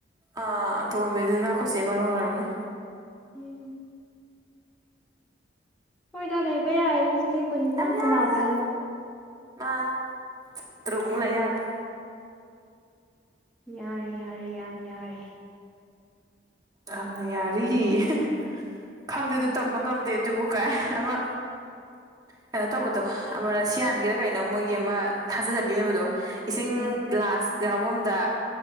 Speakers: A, on the right; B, in the centre.
A: ꯑꯥ ꯑꯇꯣꯝꯕꯤꯗꯨꯅ ꯈꯣꯏ ꯆꯦ ꯃꯔꯨꯞ ꯑꯣꯏꯔꯝꯅꯤ
B: ꯎꯝ ꯍꯣꯢꯗꯥ ꯂꯩꯕ ꯌꯥꯔꯤꯗ ꯆꯍꯤ ꯀꯨꯟꯅꯤꯄꯥꯟ
A: ꯌꯥꯝ
B: ꯀꯨꯟꯃꯥꯄꯟꯕꯧ
A: ꯌꯥꯔꯤꯗ ꯃꯥꯅ ꯇꯔꯨꯛꯃꯨꯛ
B: ꯌꯥꯔꯤ
A: ꯂꯩ ꯌꯥꯔꯦ
B: ꯌꯥꯔꯤ ꯌꯥꯔꯤ ꯌꯥꯝ ꯌꯥꯔꯤ
A: ꯌꯥꯝꯅ ꯌꯥꯔꯤ ꯑꯍꯦ ꯈꯪꯗꯦꯗ ꯇꯝꯕ ꯉꯝꯗꯦ ꯑꯗꯨꯕꯨ ꯀꯥꯏ ꯑꯃ ꯀꯩꯅꯣ ꯇꯧꯕꯗꯣ ꯑꯃ ꯔꯁꯁꯤꯌꯥꯟꯒꯤꯔꯥ ꯀꯩꯅꯣ ꯃꯣꯏꯒꯤ ꯑꯃ ꯊꯥꯖꯅꯕꯤ ꯂꯩꯕꯗꯣ ꯏꯁꯤꯡ
B: ꯎꯝ
A: ꯒ꯭ꯂꯥꯁ ꯌꯥꯎꯐꯝꯗ